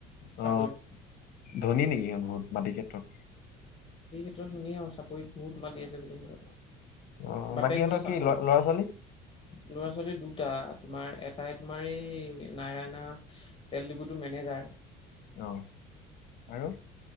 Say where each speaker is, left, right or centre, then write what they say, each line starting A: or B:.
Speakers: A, on the left; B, on the left.
A: চাপৰিত
B: অ, ধনী নেকি সিহঁত বহুত? মাটি ক্ষেত্ৰত।
A: <unintelligible> টো ধুনীয়া আৰু চাপৰিত বহুত মাতি আছে বুলি <unintelligible>
B: অ
A: বাপেক
B: বাকী সিহঁতৰ
A: বোলে চাকৰিত,
B: কি ল ল'ৰা ছোৱালী
A: ল'ৰা-ছোৱালী দুটা তোমাৰ এ এটাই তোমাৰ এই নাৰায়না তেল ডিপুটোৰ মেনেজাৰ।
B: অ', আৰু?